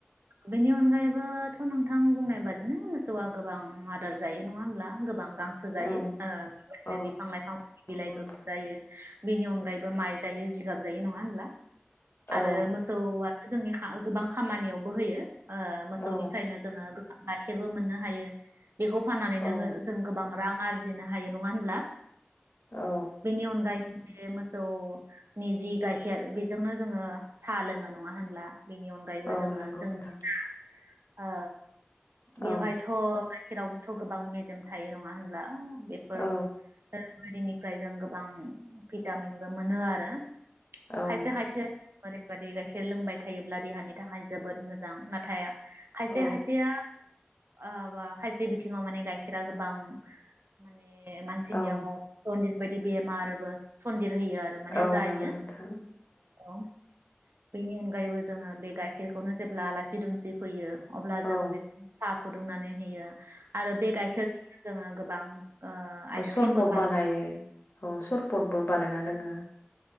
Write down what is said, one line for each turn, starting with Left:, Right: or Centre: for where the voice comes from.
Right: बेनि अनगायैबोथ नोंथां बुंनाय बादिनो मोसौआ गोबां आदार जायो नङा होमब्ला गोबां गांसो जायो
Left: औ
Right: ओ बेदिनो
Left: औ
Right: बिफां लाइफां
Left: नंगौ
Right: बिलाइफोरखौ
Left: नोंथां
Right: जायो बेनि अनगायैबो माइ जायो जिगाब जायो नङा होमब्ला आरो
Left: औ
Right: मोसौआ जोंनि गोबां खामानियावबो होयो ओ मोसौनिफ्रायनो
Left: औ
Right: जोङो गाइखेरबो मोननो हायो बेखौ फाननानै
Left: औ
Right: नोङो जों गोबां रां आरजिनो हायो नङा होनब्ला
Left: औ
Right: बेनि अनगायैबो बे मोसौनि जि गाइखेर बेजोंनो जोङो साहा लोङो नङा होनब्ला बेनि अनगायैबो
Left: औ
Right: जोङो
Left: नंगौ
Right: जोंनि
Left: नोंथां
Right: दा ओ बेवहायथ
Left: औ
Right: गाइखेरावबोथ गोबां मेजेम थायो नङा होनब्ला बेफोर
Left: औ
Right: बारिनिफ्राय जों गोबां भिटामिनबो मोनो आरो
Left: औ
Right: खायसे खायसे ओरैबादि गाइखेर लोंबाय थायोब्ला देहानि थाखाय जोबोद मोजां नाथाय खायसे
Left: औ
Right: खायसेया ओ बा खायसे बिथिङाव माने गाइखेरा गोबां माने मानसिनियाव
Left: औ
Right: अनदिस बायदि बेमारबो सन देर होयो आरो माने
Left: औ
Right: जायो
Left: नंगौ नोंथां
Right: औ बेनि अनगायैबो जोङो बे गाइखेरखौनो जेब्ला आलासि दुमसि फैयो। अब्ला जों
Left: औ
Right: बेसेब थाब फुदुंनानै होयो आरो बे गाइखेरजोंनो जोङो गोबां। ओ आइसक्रिमबो
Left: सरबट बानायो औ सरपटबो बानायना लोङो